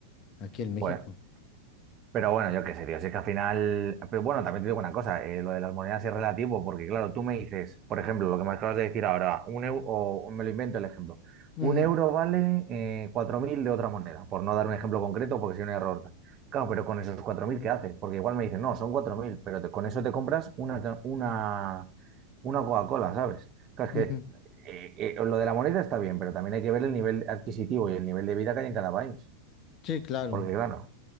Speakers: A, on the left; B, on the right.
A: aquí en
B: Pues,
A: México.
B: pero bueno, yo qué sé, tío, si es que al final, pero bueno, también te digo una cosa, eh, lo de las monedas es relativo, porque claro, tú me dices, por ejemplo, lo que me acabas de decir ahora, un euro, o me lo invento el ejemplo,
A: Ujú,
B: un euro vale eh, 4.000 de otra moneda, por no dar un ejemplo concreto, porque si no hay error. Claro, pero con esos 4.000 ¿qué haces? Porque igual me dicen, no, son 4.000, pero te- con eso te compras una, una, una Coca-Cola, ¿sabes? Claro, es
A: ujú.
B: que eh, eh, lo de la moneda está bien, pero también hay que ver el nivel adquisitivo y el nivel de vida que hay en cada país,
A: Sí, claro.
B: porque claro.